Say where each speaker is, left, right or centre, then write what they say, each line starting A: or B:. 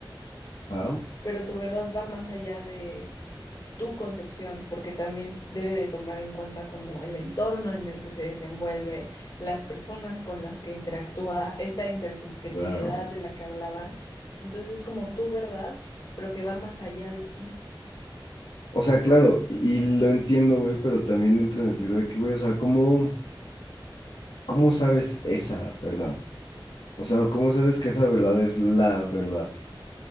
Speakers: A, on the left (about 75°); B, on the left (about 50°).
A: ajá,
B: pero tu verdad va más allá de tu concepción, porque también debe de tomar en cuenta como el entorno en el que se desenvuelve, las personas con las que interactúa, esta intersubjetividad
A: claro.
B: de la que hablaban. Entonces es como tu verdad, pero que va más allá de ti.
A: O sea, claro, y y lo entiendo, güey, pero también entro en el trivio de que, güey, o sea, ¿cómo, cómo sabes esa verdad? O sea, ¿cómo sabes que esa verdad es la verdad?